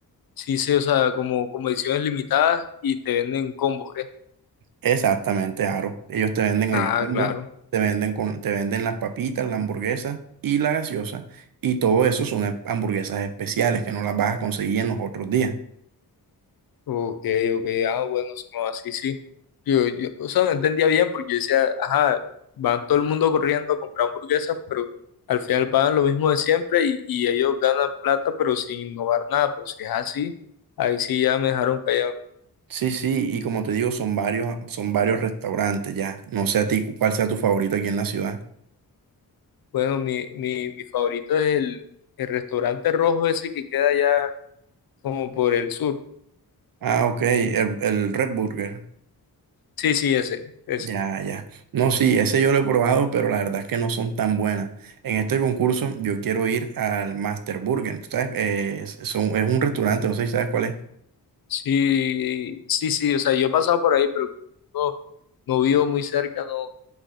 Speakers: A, on the left (about 70°); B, on the right (about 65°).
A: Sí, sí, o sea, como, como ediciones limitadas y te venden combos, ¿qué?
B: Exactamente, Aro. Ellos te venden
A: Ah,
B: el combo,
A: claro.
B: te venden con, te venden las papitas, la hamburguesa y la gaseosa. Y todo eso son ha- hamburguesas especiales que no las vas a conseguir en los otros días.
A: Ok, ok, ah, bueno, sí, no, así sí. Yo, yo, o sea, no entendía bien porque yo decía, ajá, van todo el mundo corriendo a comprar hamburguesas, pero al final pagan lo mismo de siempre y, y ellos ganan plata, pero sin innovar nada. Pero si es así, ahí sí ya me dejaron callado.
B: Sí, sí, y como te digo, son varios, son varios restaurantes ya. No sé a ti cu- cuál sea tu favorito aquí en la ciudad.
A: Bueno, mi, mi, mi favorito es el, el restaurante rojo ese que queda allá como por el sur.
B: Ah, ok, el, el Red Burger.
A: Sí, sí, ese, ese.
B: Ya, ya. No, sí, ese yo lo he probado, pero la verdad es que no son tan buenas. En este concurso yo quiero ir al Master Burger. ¿Tú sabes? Eh, es, son- es un restaurante, no sé si sabes cuál es.
A: Sí, sí, sí, o sea, yo he pasado por ahí, pero como no, no vivo muy cerca, no,